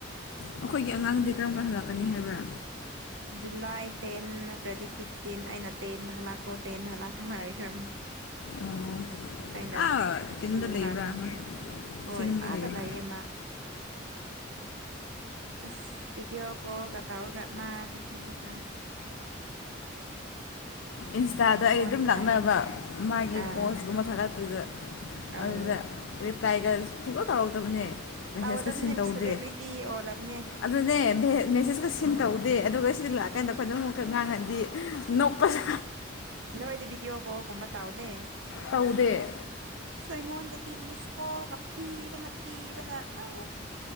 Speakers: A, on the left (about 85°); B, on the right (about 75°).
A: ꯑꯩꯈꯣꯏꯒꯤ ꯑꯉꯥꯡꯗꯤ ꯀꯔꯝ ꯀꯥꯟ ꯍꯜꯂꯛꯀꯅꯤ ꯍꯥꯏꯕ꯭ꯔꯥ꯫
B: ꯖꯨꯂꯥꯏ ꯇꯦꯟ ꯅꯠꯇ꯭ꯔꯗꯤ ꯐꯤꯐꯇꯤꯟ ꯑꯩꯅ ꯇꯦꯟꯗ ꯍꯜꯂꯛꯈ꯭ꯔꯣ ꯇꯦꯟꯗ ꯍꯜꯂꯛꯈ꯭ꯔꯣ ꯍꯥꯏꯈ꯭ꯔꯅꯤ꯫
A: ꯑꯣ
B: ꯑꯩꯅ
A: ꯑꯥ ꯀꯩꯅꯣꯗ
B: ꯇꯨ
A: ꯂꯩꯕ꯭ꯔꯥ
B: ꯂꯥꯛꯀꯅꯤ ꯍꯥꯏꯕꯅꯤ ꯍꯣꯏ
A: ꯆꯤꯡꯗ
B: ꯑꯥꯗ
A: ꯂꯩꯕ꯭ꯔꯥ
B: ꯂꯥꯛꯌꯦ ꯃꯥ꯫ ꯑꯁ ꯚꯤꯗꯤꯑꯣ ꯀꯣꯜꯒ ꯇꯧꯔꯒ ꯃꯥꯗꯤ ꯍꯧꯖꯤꯛꯀꯥꯟ
A: ꯏꯟꯁꯇꯥꯗ
B: ꯑꯥꯏꯐꯣꯟ
A: ꯑꯩ ꯑꯗꯨꯝ ꯂꯥꯛꯅꯕ
B: ꯄꯥꯏꯔ
A: ꯃꯥꯒꯤ
B: ꯑꯥ
A: ꯄꯣꯁꯀꯨꯝꯕ ꯊꯥꯒꯠꯄꯗꯨꯗ꯫
B: ꯑꯥ
A: ꯑꯗꯨꯗ ꯔꯤꯄ꯭ꯂꯥꯏꯒ ꯁꯨꯡꯇꯧ ꯇꯧꯔꯛꯗꯕꯅꯦ꯫ ꯃꯦꯁꯦꯖꯀ
B: ꯇꯧꯒꯗꯕꯅꯦ
A: ꯁꯤꯟ ꯇꯧꯗꯦ
B: ꯁꯦꯂꯦꯕ꯭ꯔꯤꯇꯤ ꯑꯣꯜꯂꯕꯅꯦ
A: ꯑꯗꯨꯅꯦ ꯕꯦꯠ ꯃꯦꯁꯦꯖꯀ ꯁꯤꯟ ꯇꯧ ꯗꯦ ꯑꯗꯨꯒ ꯁꯤꯗ ꯂꯥꯛꯑꯀꯥꯟꯗ ꯑꯩꯈꯣꯏ ꯑꯗꯨꯝ ꯑꯃꯨꯛꯀ ꯉꯥꯡꯍꯟꯗꯤ ꯅꯣꯛꯄꯗ
B: ꯅꯣꯏꯗꯤ ꯕꯤꯗꯤꯑꯣ ꯀꯣꯒꯨꯝꯕ ꯇꯧꯗꯦ꯫
A: ꯇꯧꯗꯦ꯫
B: ꯑꯩꯉꯣꯟꯗꯗꯤ ꯃꯤꯁ ꯀꯣꯜꯒ ꯄꯤꯕꯅ ꯄꯤꯕꯅ ꯑ